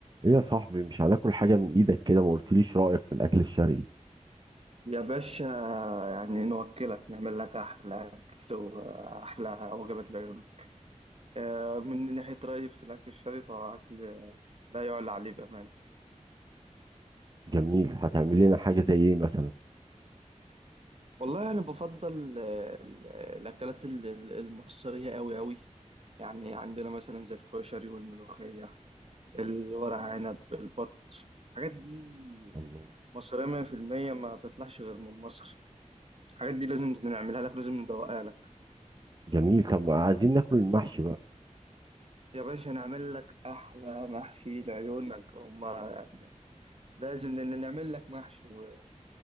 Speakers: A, on the right; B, on the right.
A: ايه يا صاحبي مش هناكل حاجة من ايدك كده ما قلتليش رأيك في الاكل الشرقي
B: يا باشا يعني نوكلك نعمل لك أحلى أكل وأحلى وجبات العيون آه، من ناحية رأيي في الأكل الشرقي فهو أكل لا يعلى عليه بأمانة
A: جميل هتعمل لنا حاجة زي ايه مثلا
B: والله أنا بفضل آه، ال- الأكلات ال- ال- المصرية أوي أوي يعني عندنا مثلا زي الكشري والملوخية الورق عنب البط الحاجات دي
A: الله
B: مصرية 100% ما تطلعش غير من مصر الحاجات دي لازم نعملها لك لازم ندوقها لك
A: جميل طب ما عايزين ناكل المحشي بقى
B: يا باشا نعمل لك أحلى محشي لعيونك هما يعني لازم ن- نعمل لك محشي و-